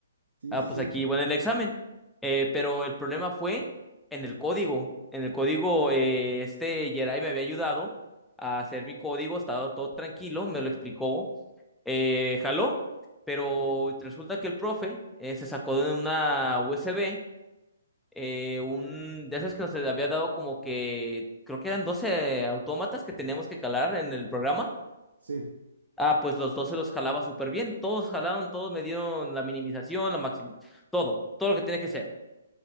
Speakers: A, on the right; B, in the centre.
A: Sí,
B: Ah,
A: sí,
B: pues
A: sí,
B: aquí, bueno, el examen. Eh, pero el problema fue en el código. En el código, eh, este Jedi me había ayudado a hacer mi código, estaba todo tranquilo, me lo explicó. Eh, jaló, pero resulta que el profe eh, se sacó de una USB, eh, un de esas que nos había dado como que, creo que eran 12 autómatas que teníamos que calar en el programa.
A: sí.
B: Ah, pues los dos se los jalaba súper bien. Todos jalaron, todos me dieron la minimización, la máxima, todo, todo lo que tiene que ser.